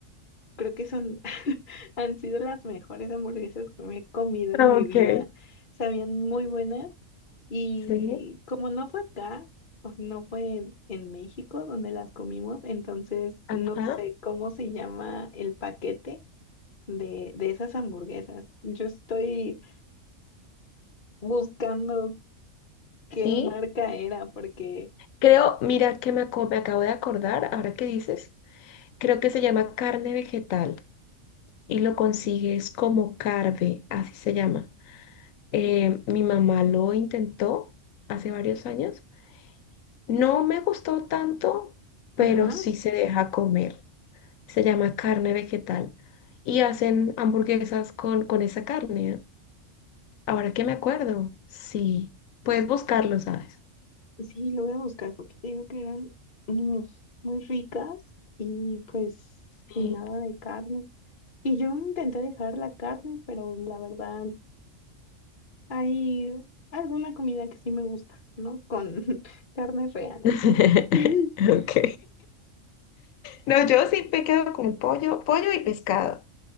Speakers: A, on the left; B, on the left.
A: Creo que son, <laughs> han sido las mejores hamburguesas que me he comido en
B: Ah,
A: mi
B: Ok.
A: vida. Sabían muy buenas y
B: Sí,
A: como no fue acá, o sea, no fue en México donde las comimos, entonces
B: ajá,
A: no sé cómo se llama el paquete de, de esas hamburguesas. Yo estoy buscando qué
B: sí.
A: marca era porque...
B: Creo, mira que me, aco- me acabo de acordar, ahora que dices, creo que se llama carne vegetal y lo consigues como carve, así se llama. Eh, mi mamá lo intentó hace varios años. No me gustó tanto, pero
A: Ajá.
B: sí se deja comer. Se llama carne vegetal y hacen hamburguesas con, con esa carne. ¿eh? Ahora que me acuerdo, sí, puedes buscarlo, ¿sabes?
A: Sí, lo voy a buscar porque te digo que eran mm, muy ricas y pues
B: Sí.
A: sin nada de carne. Y yo intenté dejar la carne, pero la verdad hay alguna comida que sí me gusta, ¿no? Con <laughs> carne real.
B: <laughs>
A: <laughs>
B: Ok. No, yo sí me quedo con el pollo, pollo y pescado.